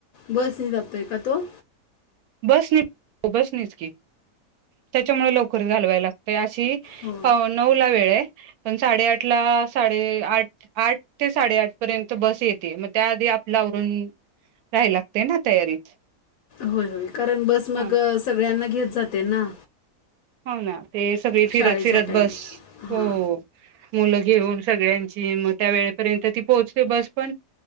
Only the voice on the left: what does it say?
बस नि जातोय का तो?
हो.
होय होय कारण बस मग
सगळ्यांना घेत जाते ना
शाळेच्या
टाईमात.
हां,